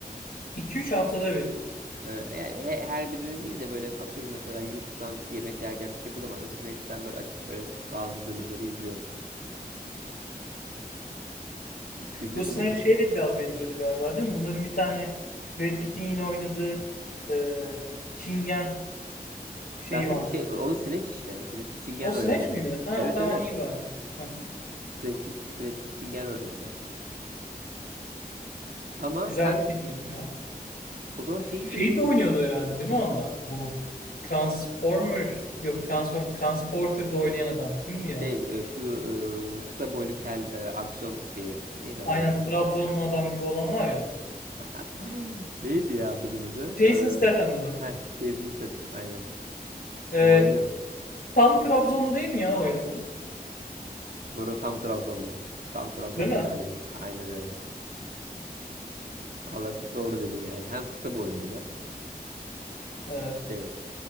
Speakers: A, on the left; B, on the right.
A: iki üç haftada bir.
B: Ee, Yani he- her birine değil de böyle atıyorum mesela YouTube'dan yemek yerken bir şey bulamadım. Snatch'ten böyle açıp böyle bazı bölümleri izliyorum yani. İzledin
A: Bu Snatch
B: mi seni?
A: şeye de biraz benziyordu galiba değil mi? Bunların bir tane Brad Pitt'in yine oynadığı e, Çingen şeyi
B: Zaten
A: vardı.
B: şey o Snatch işte. Brad Pitt Çingen
A: O Snatch
B: rolünde.
A: miydi? Ha
B: Evet
A: tamam
B: evet.
A: iyi bari. Hı hı.
B: Brad Pitt, Brad Pitt Çingen rolünde. Ama
A: Güzel
B: sen
A: bir filmdi bu ya.
B: o zaman şey
A: Şey
B: izledin mi?
A: de oynuyordu herhalde değil mi onda? Bu Transformer yok Transform Transporter'da oynayan adam kimdi ya?
B: Şey e, şu e, kısa boylu kel e, aksiyon şeyi. Neydi adamın
A: Aynen
B: adı unuttum
A: Trabzonlu
B: ya.
A: adam gibi olan var ya.
B: <laughs> Neydi ya adamın adı?
A: Jason Statham'dı.
B: Ee, heh, Jason Statham aynen.
A: Ee,
B: O oynuyor.
A: tam Trabzonlu değil mi ya o eleman?
B: Bu arada tam Trabzonlu. Tam Trabzonlu'ya
A: Değil mi?
B: benziyor. Aynen öyle. Valla doğru dedin yani. Hem kısa boylu bir de.
A: Evet.
B: Şeye.